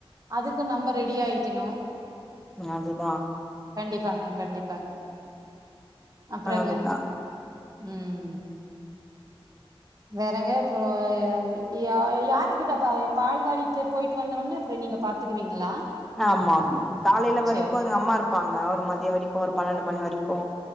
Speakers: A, on the right; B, in the centre.
A: அது க்கு நம்ப ரெடியாய்க்கினு
B: அதுதா
A: கண்டிப்பாங்க கண்டிப்பாங்க அப்புறங்க
B: அதுதா
A: ம் வேறங்க அப்புறோ அது யா யாருக்கிட்ட பா பால்வாடிச்ச போயிட்டு வந்தவொன்னெ அப்புறோ நீங்க பாத்துக்குவீங்களா
B: ஆமா ஆமா காலைல வரைக்கு
A: சேரி
B: எங்க அம்மா இருப்பாங்க ஒரு மதியோ வரைக்கு ஒரு பன்னெண்டு மணி வரைக்கு